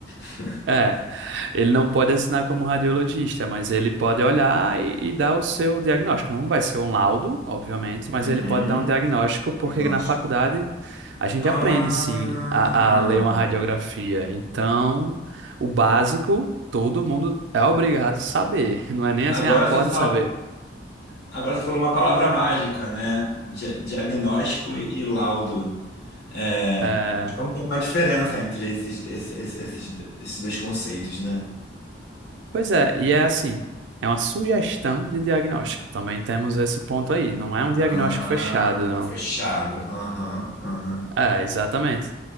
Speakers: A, on the left; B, on the right.
A: <laughs>
B: É, Ele não pode assinar como radiologista, mas ele pode olhar e, e dar o seu diagnóstico. Não vai ser um laudo, obviamente, mas
A: Uhum.
B: ele pode dar um diagnóstico, porque
A: Diagnóstico.
B: na faculdade a gente
A: Ah,
B: aprende, sim, a, a ler uma radiografia. Então, o básico, todo mundo é obrigado a saber. <laughs> Não é nem
A: agora
B: assim, ah,
A: você
B: pode
A: falou,
B: saber.
A: agora você falou uma palavra mágica, né? Dia- diagnóstico e e laudo. É,
B: É,
A: então tem uma diferença entre esses, esses, esses, esses dois conceitos, né?
B: pois é, e é assim, é uma sugestão de diagnóstico. Também temos esse ponto aí. Não é um
A: Ah,
B: diagnóstico fechado, não.
A: fechado. Aham, aham,
B: É, exatamente.